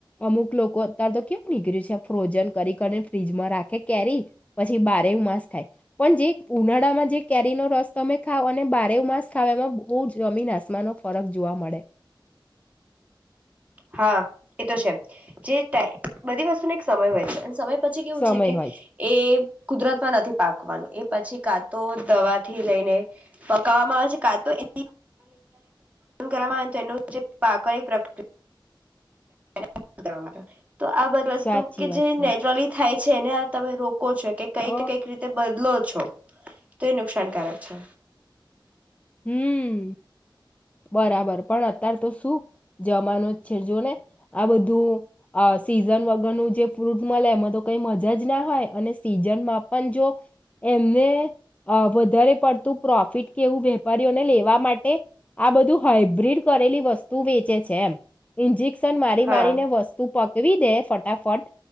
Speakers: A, on the left (about 15°); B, on the right (about 15°).
A: અમુક લોકો અત્યારે તો કેવું નીકળ્યું છે ફ્રોઝન કરી કરી ફ્રીજમાં રાખે કેરી પછી બ માસ ખાય પણ જે ઉનાળામાં જે કેરીનો રસ તમે ખાવ અને બારેવ માંસ ખાવ એમાં બહુ જમીન આસમાનો ફરક જોવા મળે
B: હા એ તો છે જે બધી વસ્તુને એક સમય હોય છે સમય પછી કેવું
A: સમય
B: છે કે
A: હોય
B: એ કુદરતમાં નથી પાકવાનું એ પછી કાતો દવાથી લઈને પકાવવામાં આવે છે કાતો એ કરવામાં આવે તેનું જે પાકળ પ્રક્રિયા <inaudible> તો આ બધી
A: સાચી
B: વસ્તુ કે
A: વાત
B: જે
A: છે
B: નેચરલી થાય છેને તમે રો કો છો કઈ
A: હ
B: કઈ રીતે બકલો છો તો નુકસાનકારક છે
A: હમ્મ બરાબર પણ અત્યારે તો શું જમાનું જ છે જો ને આ બધું અ સિઝન વગરનું જે ફ્રૂટ મળે એમાં તો કઈ મજા જ ના હોય અને સીઝનમાં પણ જો એમને વધારે પડતું પ્રોફિટ કે એવું વેપારીઓને લેવા માટે આ બધું હાઈબ્રિડ કરેલી વસ્તુ વેચે છે એમજ મારી
B: હા
A: મારી ને વસ્તુ પક જેવી દે ફટાફટ